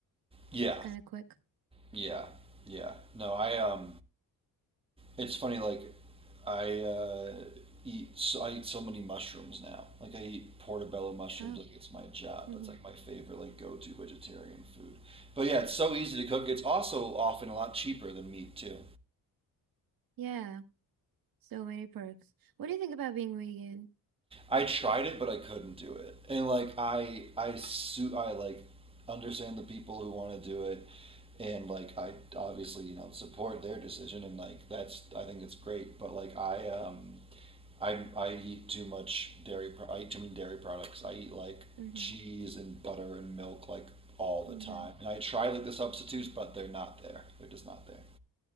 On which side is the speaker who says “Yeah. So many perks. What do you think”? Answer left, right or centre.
Right